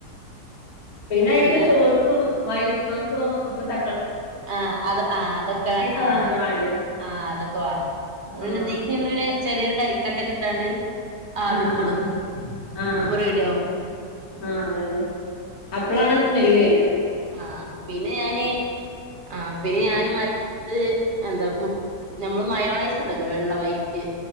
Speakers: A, on the left; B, on the right.
A: പിന്നെ അയിക്ക്
B: അയ്ന്
A: സോസും വൈറ്റ് സോസും ഒക്കെ ത
B: ആഹ് അത് ആഹ് അതൊക്കെ
A: അതാണല്ലോ
B: ആഹ്
A: വേണ്ടേ
B: ആഹ് അതൊക്കെ വാണം. അത്പിന്നെ
A: ആഹ്
B: ദീക്ക് പിന്നെ ചെറിയൊരു കരിക്കട്ടക്കെ ഇട്ടാണ്ട്. ആവിക്കിടും
A: ആഹ് ആഹ് ആഹ്
B: അപ്പൊ റെഡിയാവും
A: ആഹ് അതന്നെ അപ്പളാണ് ആസ്മെല്ല് വര
B: ആഹ് പിന്നെ ഞാന് ആഹ് പിന്നെ ഞാന് മറ്റ എന്ത മു നമ്മള് മയോണൈസ്ണ്ടല്ലോ വെള്ള വൈറ്റ്.